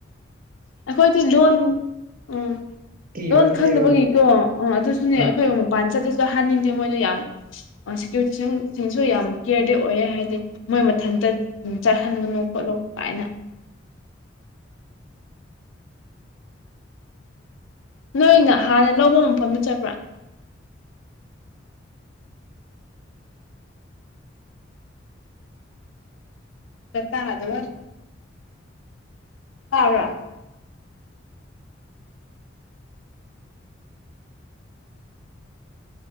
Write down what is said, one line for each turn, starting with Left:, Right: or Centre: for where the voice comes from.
Left: ꯑꯩꯈꯣꯏꯗꯤ ꯂꯣꯟꯣꯟ ꯎꯝ
Right: ꯀꯤꯕꯒꯤꯅꯦꯕ
Left: ꯂꯣꯟ ꯈꯪꯗꯅꯕꯒꯤꯀꯣ
Right: ꯅꯣꯏ
Left: ꯑ ꯑꯗꯨꯁꯨꯅꯦ
Right: ꯑ
Left: ꯑꯩꯈꯣꯏ ꯑꯣ ꯍꯅꯤꯡꯗꯦ ꯃꯣꯏꯅ ꯌꯥꯝ ꯁꯦꯀ꯭ꯌꯨꯔꯤꯇꯤꯁꯤꯡꯁꯨ ꯌꯥꯝ ꯀꯦꯌꯔꯗꯤ ꯑꯣꯏꯔꯦ ꯍꯥꯏꯗꯤ ꯃꯣꯏ ꯃꯊꯟꯇ ꯆꯠꯍꯟꯒꯅꯨ ꯈꯣꯠꯂꯣ ꯀꯥꯏꯅ ꯅꯣꯏꯅ ꯍꯥꯟꯅ ꯂꯧꯕ ꯃꯐꯝꯗ ꯆꯠꯄ꯭ꯔꯥ ꯆꯠꯇꯗꯕ ꯑ ꯋꯥ